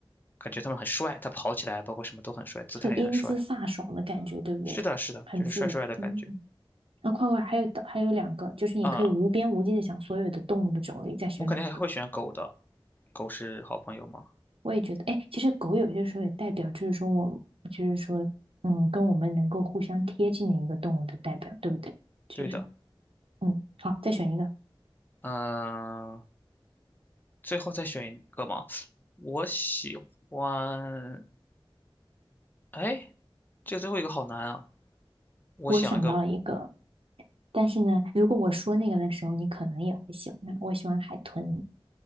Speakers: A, on the left; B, on the right.
A: 感觉他们很帅，他跑起来包括什么都很帅，姿态也很帅。
B: 很英姿飒爽的感觉，对不对？
A: 是的，是的，
B: 很自由。
A: 就是帅帅的感觉。
B: 嗯，那快快还有还有两个，就是你可以无边无际的想所有的动物的种类，
A: 嗯，
B: 再选两个。
A: 我肯定还会选狗的，狗是好朋友吗？
B: 我也觉得，哎，其实狗有些时候也代表，就是说我，就是说，嗯，跟我们能够互相贴近的一个动物的代表，对不对？就是，
A: 对的，
B: 嗯，好，再选一个。
A: 嗯、最后再选一个嘛。我喜欢，哎，这个最后一个好难啊。我想一个
B: 我想到了一个，但是呢，如果我说那个的时候，你可能也会喜欢它。我喜欢海豚，